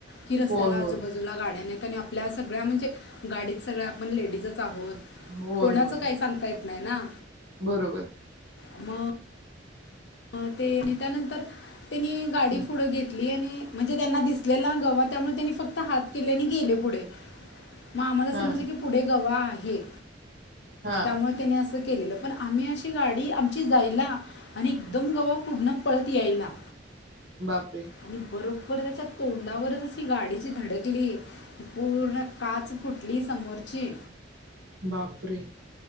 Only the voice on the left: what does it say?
की रस्त्याला
आजूबाजूला. ला गाड्या नाहीत आणि आपल्या सगळ्या म्हणजे गाडीत सगळ्या आपण लेडीजच च आहोत.
कोणाच
काही
सांगता येत नाही ना,
मग. अ ते आणि त्यानंतर, त्यांनी गाडी
पुढं घेतली आणि, म्हणजे त्यांना दिसलेला गवा त्यामुळे त्यांनी फक्त हात केले आणि गेले पुढे. मग आम्हाला समजलं
की पुढे गवा आहे. हे,
त्यामुळे
त्यांनी असं. केलेलं पण आम्ही अशी आमची गाडी ज्यायला आणि, एकदम गव्हा पुढंन, पळत यायला
आणि बरो बर त्याच्या तोंडावरच जशी गाडी जी धडकली पूर्ण काच फुटली समोरची.